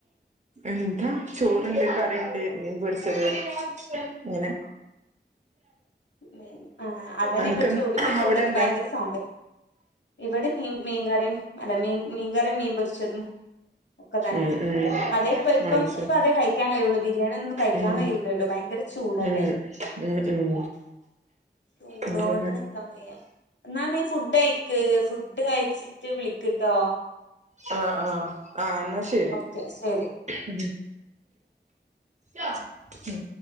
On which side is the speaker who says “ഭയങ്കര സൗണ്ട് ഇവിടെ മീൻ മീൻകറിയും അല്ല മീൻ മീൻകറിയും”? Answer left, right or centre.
Left